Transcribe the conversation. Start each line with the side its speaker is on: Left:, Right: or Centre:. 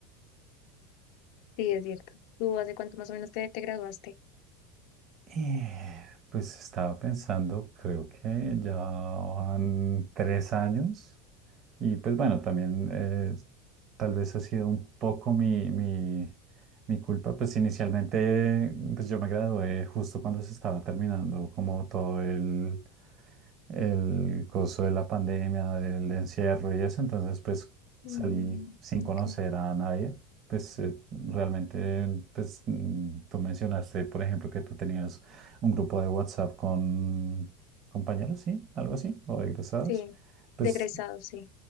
Left: Sí, es cierto. ¿Tú hace cuánto más o menos te, te graduaste?
Right: Eh, pues estaba pensando, creo que ya van tres años y pues bueno, también eh, tal vez ha sido un poco mi, mi, mi culpa, pues inicialmente pues yo me gradué justo cuando se estaba terminando como todo el, el coso de la pandemia, del encierro y eso, entonces pues
Left: Mm,
Right: salí sin conocer
Left: ok.
Right: a nadie. Pues eh, realmente, pues mm, tú mencionaste, por ejemplo, que tú tenías un grupo de WhatsApp con compañeros, ¿sí? Algo así, o egresados.
Left: Sí,
Right: Pues,
Left: de egresado, sí.